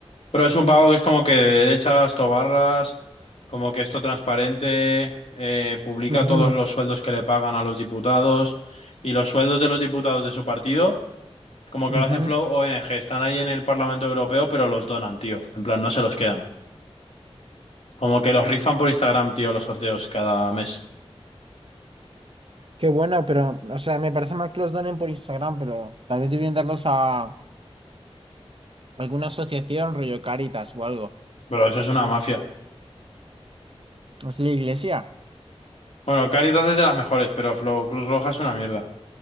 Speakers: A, on the left; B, on the right.
A: Pero es un pago que es como que de derechas, tobarras, como que esto transparente, eh, publica
B: Ujú,
A: todos los sueldos que le pagan a los diputados y los sueldos de los diputados de su partido, como
B: ujú.
A: que lo hacen Flow ONG, están ahí en el Parlamento Europeo, pero los donan, tío. En plan, no se los quedan. Como que los rifan por Instagram, tío, los sorteos cada mes.
B: Qué bueno, pero, o sea, me parece mal que los donen por Instagram, pero tal vez debían darlos a alguna asociación, rollo Caritas o algo.
A: Bro, eso es una mafia.
B: Es la iglesia.
A: Bueno, Caritas es de las mejores, pero Flow Cruz Roja es una mierda.